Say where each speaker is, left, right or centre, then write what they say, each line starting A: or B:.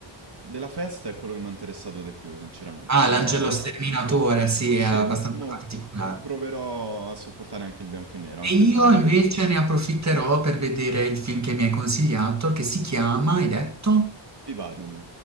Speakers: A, on the right; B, on the right.
A: della festa è quello che m'ha interessato di più, sinceramente.
B: Ah,
A: Però
B: l'Angelo Sterminatore, sì,
A: sì,
B: è abbastanza
A: mo
B: particolare.
A: proverò a sopportare anche il bianco e nero,
B: E
A: anche
B: io
A: se non è
B: invece ne approfitterò per vedere il film che mi hai consigliato, che si chiama, hai detto?
A: vivarium.